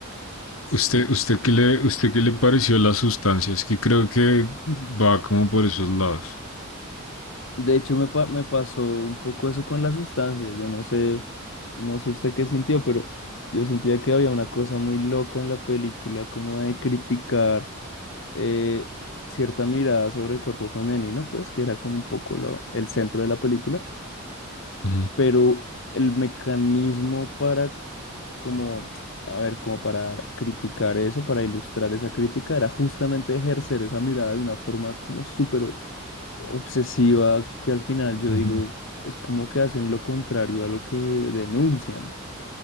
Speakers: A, on the left; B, on the left.
A: Sí.
B: ¿Usted, usted qué le, usted qué le pareció las sustancias? Que creo que va como por esos lados.
A: De hecho, me, pa- me pasó un poco eso con las sustancias. Yo no sé, no sé usted qué sintió, pero yo sentía que había una cosa muy loca en la película, como de criticar eh, cierta mirada sobre el cuerpo femenino, pues que era como un poco lo- el centro de la película,
B: Ujú,
A: pero el mecanismo para, c- como, a ver, como para criticar eso, para ilustrar esa crítica, era justamente ejercer esa mirada de una forma como súper obsesiva que al final yo digo,
B: ujú.
A: es como que hacen lo contrario a lo que denuncian.